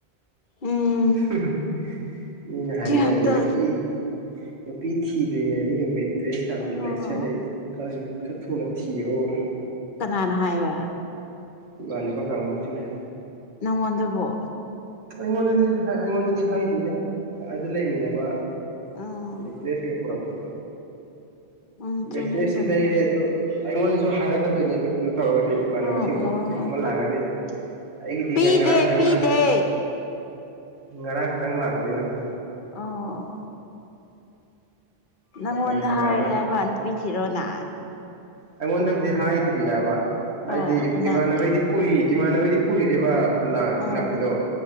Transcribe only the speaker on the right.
ꯍꯝ ꯍꯝ ꯃꯤꯅ ꯍꯥꯏꯅꯔꯅꯤꯅꯦ
ꯅꯨꯄꯤ ꯅꯨꯄꯤ ꯊꯤꯗ꯭ꯔꯤꯉꯩꯗꯒꯤ ꯃꯦꯠꯇ꯭ꯔꯦꯁ ꯍꯥꯟꯅ
ꯂꯩꯁꯤꯜꯂꯦ ꯈꯩ ꯈꯔ ꯊꯨꯅ ꯊꯤꯔꯣꯅ
ꯢꯃꯥꯟꯅꯕ ꯀꯥꯡꯕꯧꯁꯤꯡꯅ
ꯑꯩꯉꯣꯟꯗꯗꯤ ꯍ ꯑꯩꯉꯣꯟꯗꯗꯤ ꯍꯥꯏꯗꯦꯗ ꯑꯥꯗ ꯂꯩꯃꯤꯟꯅꯕ
ꯃꯦꯠꯇ꯭ꯔꯦꯁ ꯍꯦ ꯄꯨꯔꯛꯄꯗꯣ
ꯃꯦꯠꯇ꯭ꯔꯦꯁꯇꯤ
ꯂꯩꯔꯦ ꯑꯗꯣ ꯑꯩꯉꯣꯟꯗꯁꯨ ꯍꯥꯏꯔꯛꯀꯗꯣꯏꯅꯤ ꯑꯗꯣ ꯇꯧꯔꯒꯗꯤ ꯏꯃꯥꯟꯅꯕꯁꯤꯡꯗꯣ
ꯑꯗꯨꯝꯕ ꯂꯥꯛꯑꯒꯗꯤ ꯑꯩꯒꯤꯗꯤ
ꯉꯔꯥꯡ ꯈꯔ
ꯉꯔꯥꯡ ꯈꯛꯇꯪ ꯂꯥꯛꯄꯅꯤꯅꯀꯣ
ꯑꯗꯨ ꯅꯤꯡꯊꯧꯀꯥꯕ
ꯑꯩꯉꯣꯟꯗꯕꯨꯗꯤ ꯍꯥꯏꯗ꯭ꯔꯤꯑꯕ ꯍꯥꯏꯗꯤ
ꯏꯃꯥꯟꯅꯕꯩꯗꯤ ꯀꯨꯏ ꯏꯃꯥꯟꯅꯅꯕꯩꯗꯤ ꯀꯨꯏꯔꯦꯕ ꯂ
ꯊꯤꯜꯂꯛꯄꯗꯣ